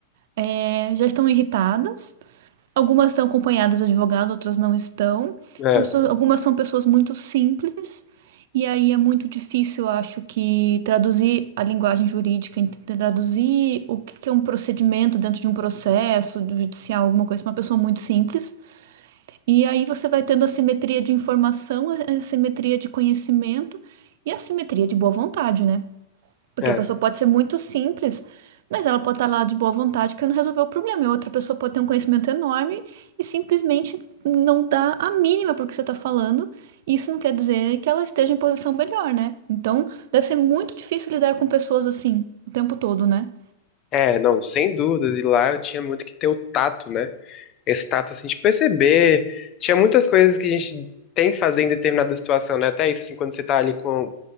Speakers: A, on the right (about 65°); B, on the left (about 35°).
A: é, já estão irritadas. Algumas estão acompanhadas de advogado, outras não estão.
B: é,
A: As pessoas- Algumas são pessoas muito simples, e aí é muito difícil, eu acho, que traduzir a linguagem jurídica, ent- traduzir o que que é um procedimento dentro de um processo do judicial, alguma coisa, pra uma pessoa muito simples. E aí você vai tendo a simetria de informação, a- a assimetria de conhecimento e a simetria de boa vontade, né? Porque
B: é.
A: a pessoa pode ser muito simples, mas ela pode estar lá de boa vontade querendo resolver o problema. E outra pessoa pode ter um conhecimento enorme e simplesmente não dá a mínima para o que você está falando. Isso não quer dizer que ela esteja em posição melhor, né? Então, deve ser muito difícil lidar com pessoas assim o tempo todo, né?
B: É, não, sem dúvidas. E lá eu tinha muito que ter o tato, né? Esse tato assim de perceber. Tinha muitas coisas que a gente tem que fazer em determinada situação, né? Até isso, assim, quando você tá ali com,